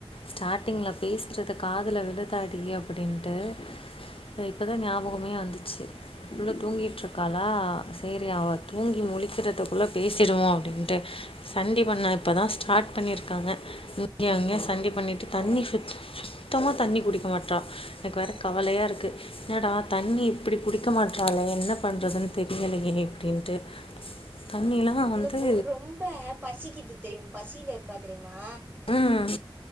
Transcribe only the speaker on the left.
ஸ்டார்ட்டிங்கில பேசுறத காதுல விழுதாடி அப்டின்ட்டு து இப்பதா ஞாபகமே வந்துச்சு புள்ள தூங்கிட்டுருக்காளா சேரி அவ தூங்கி முழிக்கிறதக்குள்ள பேசிடுவோ அப்டின்ட்டு தண்டி பண்ண இப்ப தா ஸ்டார்ட் பண்ணியிருக்காங்க இங்கேயு அங்கேயு சண்டி பண்ணிட்டு தண்ணி
சுத் சுத்தமா தண்ணி குடிக்க மாற்ற எனக்கு வேற கவலையாருக்கு என்னடா தண்ணி இப்பிடி குடிக்க மாட்டறால என்ன பண்றதுன்னு தெரியலையே இப்டின்ட்டு தண்ணில்லா
வந்து
ம்